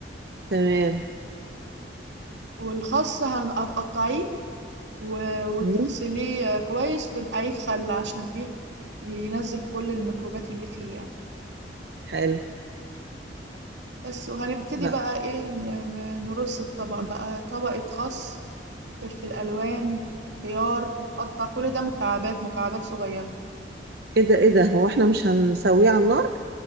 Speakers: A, on the right; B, on the right.
A: تمام
B: والخس هن- هتقطعيه و- وتغسليه
A: مم.
B: كويس وتنقعيه في خل عشان ايه ينزل كل الميكروبات اللي فيه يعني
A: حلو
B: بس وهنبتدي
A: بقى
B: بقى ايه ن- ن- نرص الطبق
A: مم.
B: بقى طبقة خس فلفل ألوان خيار متقطع كل ده مكعبات مكعبات صغيرة
A: ايه ده ايه ده هو احنا مش هنسويه على النار